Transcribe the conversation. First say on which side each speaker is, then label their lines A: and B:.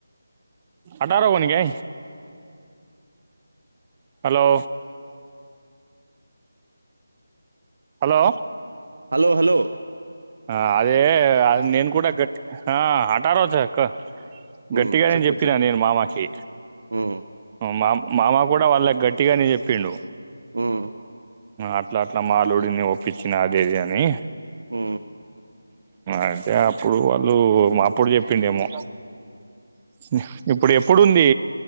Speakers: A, on the right; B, on the right.
A: అటారోవన్గా హలో హలో
B: ఆ హలో హలో
A: ఆ అదే అది నేను కూడా గట్టి ఆ హఠారో చెకో
B: ఉమ్
A: గట్టిగానే
B: చెప్పు
A: చెప్పినా
B: చెప్పు
A: నేను మామకి
B: ఉమ్
A: మామ్ మామ కూడా వాళ్ళక్ గట్టిగానే చెప్పిండు
B: ఉమ్
A: అట్లా అట్లా మాల్లుడిని ఒప్పించిన అదేది అని
B: హు
A: అయితే అప్పుడు వాళ్ళు మా అప్పుడు చెప్పిండేమో డు ఇప్పుడు ఎప్పుడుంది